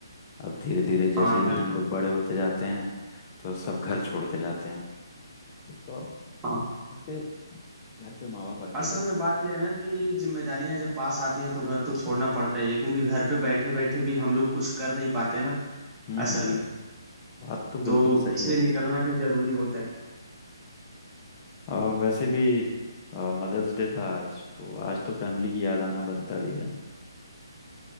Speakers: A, on the left (about 30°); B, on the right (about 15°).
A: अब धीरे धीरे जैसे
B: हाँ
A: जैसे
B: बिल्कुल
A: हम लोग बड़े होते जाते हैं तो सब घर छोड़ते जाते हैं तो अब
B: हाँ
A: घर पे घर पे माँ बाप अकेले
B: असल
A: रहते
B: में बात यह है ना कि जिम्मेदारियां जब पास आती हैं तो घर तो छोड़ना पड़ता ही है क्योंकि घर पे बैठे बैठे भी हम लोग कुछ कर नहीं पाते ना
A: हम्म
B: असल
A: हम्म हम्म।
B: में
A: बात तो
B: तो
A: बिल्कुल सही
B: उसलिए
A: है
B: निकलना भी जरूरी होता है
A: आ, वैसे भी मदर्स डे था आज तो आज तो फैमिली की याद आना बनता भी है